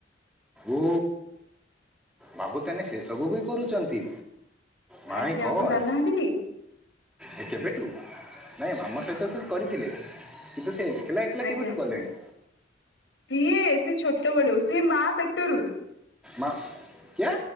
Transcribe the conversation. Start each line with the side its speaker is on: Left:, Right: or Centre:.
Centre: ଓ ବାବୁ ତାନେ ସେସବୁ ବି କରୁଛନ୍ତି? ମାଇଁ
Left: ଆଜ୍ଞା
Centre: ଗଡ୍।
Left: ଆପଣ ଜାଣିନାହାନ୍ତି କି
Centre: ଏ କେବେଠୁ? ନାଇଁ ମାମା ସହିତ ସେ କରିଥିଲେ। କିନ୍ତୁ ସେ ଏକଲା ଏକଲା
Left: ଆଜ୍ଞା।
Centre: କେବେଠୁ ଗଲେଣି?
Left: ସିଏ ସେ ଛୋଟ ବେଳୁ, ସିଏ ମା ପେଟରୁ।
Centre: ମା କ୍ୟା